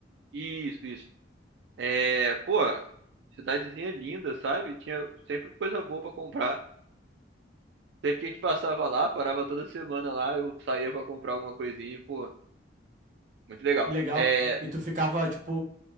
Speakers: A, on the right; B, on the right.
A: Isso, isso. É, pô, cidadezinha linda, sabe? Tinha sempre coisa boa pra comprar. Sempre que a gente passava lá, parava toda semana lá, eu saía pra comprar alguma coisinha, pô, muito legal.
B: Que legal.
A: É,
B: E tu ficava, tipo,